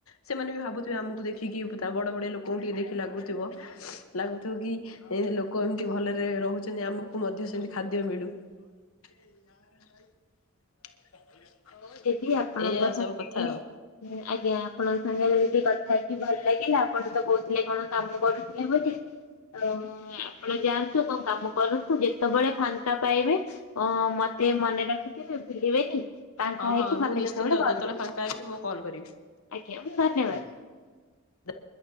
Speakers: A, on the left; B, on the left.
A: ସେମାନେ ବି ଭାବୁଥିବେ ଆମକୁ ଦେଖିକି ଇଫ୍ ତା ବଡ ବଡିଆ ଲୋକଙ୍କୁ ଟିକେ ଦେଖି ଲାଗୁଥିବ ଲାଗୁଥିବ କି ଏ ଲୋକ ଏମିତି ଭଲରେ ରହୁଛନ୍ତି ଆମକୁ ମଧ୍ୟ ସେମିତି ଖାଦ୍ୟ ମିଳୁ। <unintelligible>
B: ହଉ ଦିଦି ଆପଣଙ୍କ
A: ଏଇଆ
B: ସାଙ୍ଗରେ
A: ସବୁ କଥା ଆଉ
B: ମୁ ଆଜ୍ଞା ଆପଣଙ୍କ ସାଙ୍ଗରେ ଯଦି କଥା ତି ଭଲ ଲାଗିଲା ଆପଣ ତ କହୁଥିଲେ କଣ କାମ କରୁଥିଲେ ବୋଲି। ତ ଆପଣ ଯାଆନ୍ତୁ କଣ କାମ କରନ୍ତୁ ଯେତେବେଳେ ଫାଙ୍କା ପାଇବେ ଅ, ମ ସେ ମନେ ରଖିଥିବେ ଭୁଲିବେନି। ଫାଙ୍କା
A: ହଁ,
B: ହେଇକି
A: ହଁ, ମୁଁ
B: ମତେ
A: ନିଶ୍ଚିନ୍ତ
B: କେତେବେଳେ କଲ୍
A: ଯେତେବେଳେ
B: କରିବେ
A: ଫାଙ୍କା ହେବି ତୁମକୁ କଲ୍ କରିବି।
B: ଆଜ୍ଞା ଧନ୍ୟବାଦ।
A: ଦ